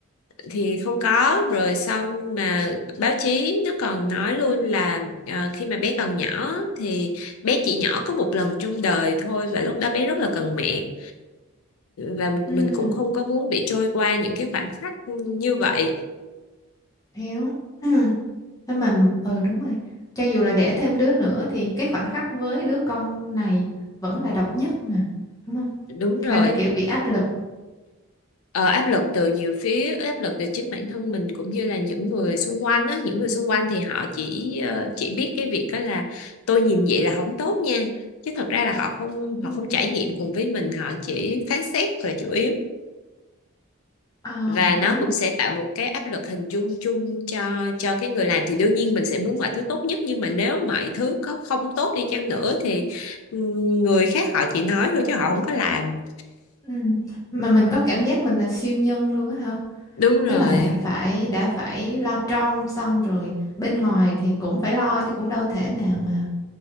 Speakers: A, on the left; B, on the left.
A: thì không có rồi xong mà báo chí nó còn nói luôn là ờ, khi mà bé còn nhỏ thì bé chỉ nhỏ có một lần trong đời thôi và lúc đó bé rất là cần mẹ và một-
B: ừ,
A: mình cũng không có muốn bị trôi qua những cái khoảnh khắc như vậy
B: hiểu. Ừ. Thế mà ừ đúng rồi. Cho dù là đẻ thêm đứa nữa thì cái khoảnh khắc với đứa con này vẫn là độc nhất mà, đúng không?
A: đúng rồi
B: Thành ra kiểu bị áp lực.
A: ờ, áp lực từ nhiều phía áp lực từ chính bản thân mình cũng như là những người xung quanh á những người xung quanh thì họ chỉ ờ, chỉ biết cái việc đó là tôi nhìn vậy là không tốt nha chứ thật ra là họ không
B: Ừ.
A: họ không trải nghiệm cùng với mình họ chỉ phán xét là chủ yếu
B: Ờ,
A: và nó
B: đúng.
A: cũng sẽ tạo một cái áp lực hình dung chung cho cho cái người làm thì đương nhiên mình sẽ muốn mọi thứ tốt nhất nhưng mà nếu mọi thứ có không tốt đi chăng nữa thì ừ, người khác họ chỉ nói thôi chứ họ không có làm
B: Ừ. Mà mình có cảm giác mình là siêu nhân luôn á hả?
A: đúng rồi
B: Tức là đã phải đã phải lo trong xong rồi bên ngoài thì cũng phải lo chứ cũng đâu thể nào mà